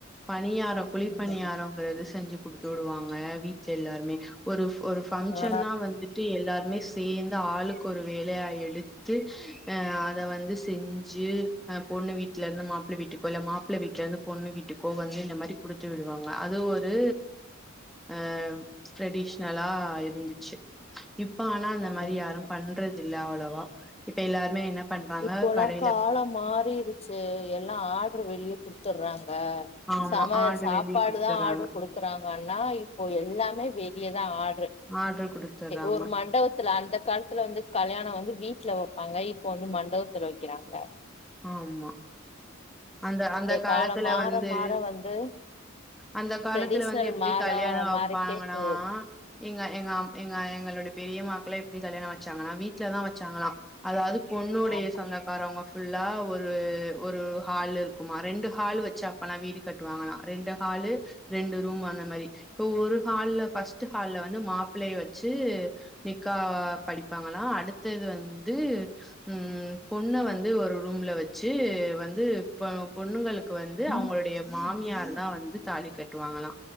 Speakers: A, in the centre; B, on the left.
A: பணியாரம் குழிப்பணியாரங்கிறது
B: ம்.
A: செஞ்சு குடுத்து விடுவாங்க வீட்ல எல்லாருமே ஒரு ஃப் ஒரு ஃப் பங்க்ஷன்னா
B: ஆ
A: வந்துட் விட்டு எல்லாருமே சேர்ந்து ஆளுக்கு ஒரு வேலையா எடுத்து அத வந்து செஞ்சு அ பொண்ணு வீட்ல இருந்து மாப்பிள வீட்டுக்கோ இல்ல மாப்பிள வீட்டுல இருந்து பொண்ணு வீட்டுக்கோ வந்து இந்த மாரி கொடு த்து விடுவாங்க அது ஒரு அ ட்ரெடிஷனலா இருந்துச்சு இப்ப ஆனா அந்த மாரி
B: ம்
A: யாரு பண்றது இல்ல அவ்ளவா இப்ப எல்லாருமே என்ன பண்றாங்க
B: இப்போல்லா
A: கடையில
B: காலம் மாறிருச்சு எல்லா ஆடர்ரு வெளிய குடுத்துறாங்க
A: ஆமா
B: செம
A: ஆர்டர்
B: சாப்பாடு
A: வெளிய குடுத்துறாங்க
B: தா ஆடர் கொடுக் க்குறாங்கன்னா இப்போ எல்லாமே வெளியதா ஆட்ரு
A: ஆர்டர் குடுத்துறாங்க
B: ஒரு மண்டபத் த்துல அந்த காலத்துல வந்து கல்யானோ வந்து வீட்ல வப்பாங்க இப்ப வந்து மண்டபத்துல வைக்கிறாங்க
A: ஆமா அந்த அந்த காலத்துல
B: காலம் மாற
A: வந்து
B: மாற வந்து
A: அந்த காலத்துல
B: ட்ரெடிஷ்னல்
A: வந்து எப்டி
B: மாற
A: கல்யாணம் வைப்பாங்கனா
B: மாறிட்டே போது
A: எங்க எங்க அம் எங்க எங்களோட பெரியமாக்களே இப்டி கல்யாணம் வச்சாங்களனா வீட்லதா வச்சாங்களா அதாவது பொண்ணுடைய
B: ஆமா
A: சொந்தகாரவங்க ஃபுல்லா ஒரு ஒரு ஹால் இருக்குமா ரெண்டு ஹால் வச்சு அப்பலா வீடு கட்டுவாங்கலா ரெண்டு ஹாலு ரெண்டு ரூம் அந்த மாரி இப்ப ஒரு ஹால்ல பஸ்ட் ஹால்ல வந்து மாப் பிள்ளைய வச்சு நிக்கா படிப்பாங்களா அடுத்தது வந்து உம் பொண்ண வந்து ஒரு ரூம்ல வச்சி வந்து பொ பொண்ணுங்களுக்கு வந் ந்து அவங்களுடைய
B: ம்
A: மாமியார் தா வந்து தாலி கட்டுவாங்கலா